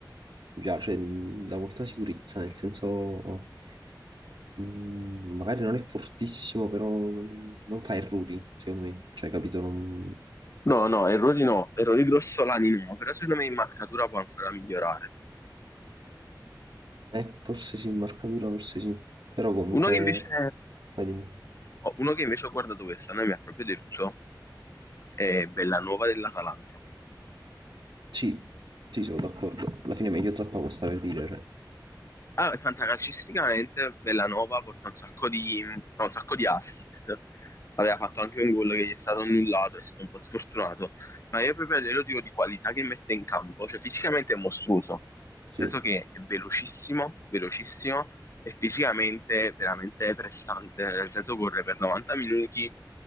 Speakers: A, on the right; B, on the left.
A: già, cioè, mh, dà molta sicurezza, nel senso, mh, magari non è fortissimo, però non, non fa errori, secondo me, cioè, capito? Non-
B: No, no, errori no, errori grossolani no, però secondo me in marcatura può ancora migliorare.
A: Eh, forse sì, in marcatura, forse sì, però comunque,
B: Uno che invece,
A: vai dimmi.
B: oh, uno che invece ho guardato quest'anno e mi ha proprio deluso è Bellanova dell'Atalanta.
A: Sì, sì, sono d'accordo, alla fine è meglio Zappacosta per dire, cioè,
B: Ah, fantacalcisticamente Bellanova porta un sacco di, fa un sacco di assist. Aveva fatto anche un gol che gli è stato annullato, è stato un po' sfortunato. Ma io proprio glielo dico di qualità che mette in campo. Cioè, fisicamente è mostruoso.
A: sì.
B: Nel senso che è velocissimo, velocissimo e fisicamente veramente prestante. Nel senso corre per 90 minuti,